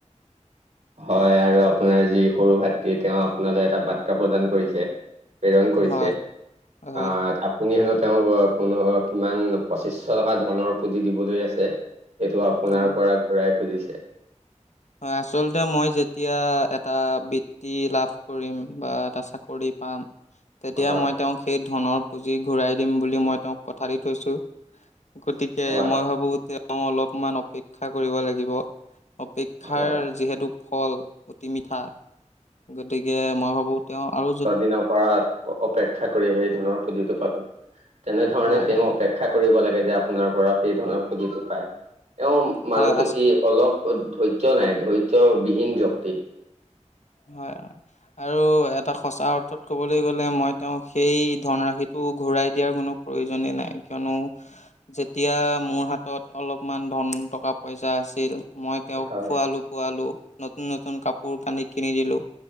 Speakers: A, on the right; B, on the left.
A: হয়, আৰু আপোনাৰ যি সৰু ভাতৃ তেওঁ আপোনালৈ এটা বাৰ্তা প্ৰদান কৰিছে। প্ৰেৰণ কৰিছে
B: হয় হয়
A: আহ আপুনি হেনো তেওঁক কোনো কিমান পঁচিশশ টকা ধনৰ পুঁজি দিবলৈ আছে। সেইটো আপোনাৰ
B: হয়
A: পৰা ঘূৰাই খুজিছে।
B: হয়। আচলতে মই যেতিয়া এটা বৃত্তি লাভ কৰিম বা এটা চাকৰি পাম। তেতিয়া
A: হয়
B: মই তেওঁক সেই ধনৰ পুঁজি ঘূৰাই দিম বুলি মই তেওঁক কথা দি থৈছো। গতিকে
A: হয়
B: মই ভাবো। তেওঁ অলপমান অপেক্ষা কৰিব লাগিব। অপে শিক্ষাৰ
A: হয়
B: যিহেতু ফল অতি মিঠা। গতিকে মই ভাবো তেওঁ আৰু য
A: দিনৰ পৰা অপেক্ষা কৰি সেই ধনৰ পুজিটো পালো। তেনেধৰণে
B: হয়
A: তেওঁ
B: হয়
A: অপে <unintelligible> কৰিব লাগে। যে আপোনাৰ পৰা সেই ধৰণৰ পুঁলিটো পায়। এওঁ মানুহটো
B: হয় আ
A: কি? অলপ ধৈৰ্য নাই। ধৈৰ্যবিহীন ব্যয়ক্তি।
B: হয়। আৰু এটা সঁচা অথত ক'বলৈ গ'লে। মই তেওঁক সেই ধনৰাশিটো ঘূৰাই দিয়াৰ কোনো প্ৰয়োজনে নাই। কিয়নো যেতিয়া মোৰ হাতত অলপমান ধন টকা পইচা আছিল। মই তেওঁক
A: হয়
B: খোৱালো পোৱালো নতুন নতুন কাপোৰ কানি কিনি দিলোঁ।